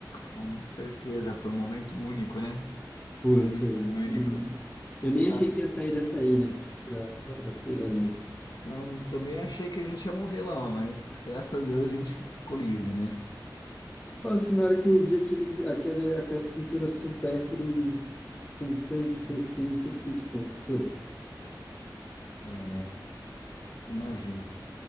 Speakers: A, on the left (about 60°); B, on the left (about 20°).
A: Com certeza. Foi um momento único, né?
B: foi,
A: Foi um momento
B: foi.
A: único.
B: Hum. Eu nem
A: Ah,
B: achei que ia sair dessa ilha, para ser honesto.
A: então, também achei que a gente ia morrer lá, mas graças a Deus a gente ficou livre, né?
B: Nossa, na hora que eu vi aqueles, aquela aquelas pinturas supérstires com sangue recente, eu fiquei tipo, ferrou.
A: É, né? Imagina.